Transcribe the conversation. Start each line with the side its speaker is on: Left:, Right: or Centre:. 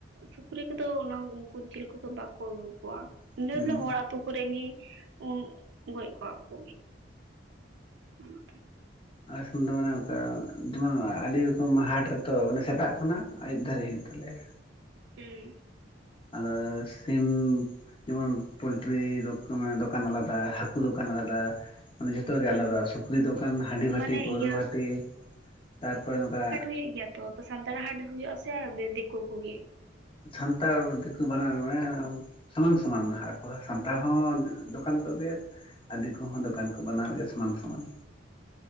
Right: ᱥᱩᱠᱨᱤ ᱠᱚᱫᱚ ᱚᱱᱟ ᱩᱱᱠᱩ ᱡᱤᱞ ᱠᱚᱫᱚ ᱵᱟᱠᱚ ᱟᱹᱜᱩ ᱠᱚᱣᱟ
Left: ᱦᱩᱸ
Right: ᱵᱮ ᱵᱚᱞᱮ ᱦᱚᱲ ᱟ ᱟᱹᱛᱩ ᱠᱚᱨᱮ ᱜᱮ ᱩᱱ ᱜᱚᱡ ᱠᱚᱣᱟ ᱠᱚ <unintelligible>
Left: ᱟᱥ ᱫᱚ ᱢᱟᱱᱮ ᱚᱱᱠᱟ ᱡᱮᱢᱚᱱ ᱟᱹᱰᱤ ᱨᱚᱠᱚᱢ ᱦᱟᱴ ᱨᱮᱛᱚ ᱢᱟᱱᱮ ᱥᱮᱛᱟᱜ ᱠᱷᱚᱱᱟᱜ ᱟᱹᱭᱩᱵ ᱫᱷᱟᱹᱨᱤᱡ ᱦᱩᱭᱩᱜ ᱛᱟᱞᱮᱭᱟ
Right: ᱦᱮᱸ
Left: ᱟᱫᱚ ᱥᱤᱢ ᱡᱮᱢᱚᱱ ᱯᱳᱞᱴᱨᱤᱟᱱ ᱫᱚᱠᱟᱱ ᱟᱞᱟᱫᱟ ᱦᱟᱹᱠᱩ ᱫᱚᱠᱟᱱ ᱟᱞᱟᱫᱟ ᱢᱟᱱᱮ ᱡᱷᱚᱛᱚ ᱜᱮ
Right: ᱦᱩᱸ
Left: ᱟᱞᱟᱫᱟ ᱥᱩᱠᱨᱤ ᱫᱚᱠᱟᱱ ᱦᱟᱺᱰᱤ ᱵᱷᱟᱹᱴᱤ
Right: ᱢᱟᱱᱮ
Left: ᱯᱟᱹᱣᱨᱟᱹ
Right: ᱤᱭᱟᱹ
Left: ᱵᱷᱷᱟᱹᱴᱤ ᱛᱟᱨᱯᱚᱨᱮ ᱱᱚᱝᱠᱟ
Right: ᱴᱷᱤᱠ ᱜᱮᱭᱟ ᱛᱚ ᱥᱟᱱᱛᱟᱲ ᱦᱟᱴ ᱦᱩᱭᱩᱜᱼᱟ ᱥᱮ ᱫᱤᱠᱩ ᱠᱚᱜᱮ
Left: ᱥᱟᱱᱛᱟᱲ ᱫᱤᱠᱩ ᱵᱟᱱᱟᱨ ᱢᱮ ᱥᱚᱢᱟᱱ ᱥᱚᱢᱟᱱᱟᱜ ᱟᱠᱚ ᱥᱟᱱᱛᱟᱲ
Right: ᱦᱩᱸ
Left: ᱦᱚᱸ ᱫᱚᱠᱟᱱ ᱠᱚ ᱟᱹᱰᱤᱫ ᱠᱚᱦᱚᱸ ᱫᱚᱠᱟᱱ ᱠᱚ ᱵᱮᱱᱟᱣ ᱜᱮᱭᱟ ᱥᱚᱢᱟᱱ ᱥᱚᱢᱟᱱ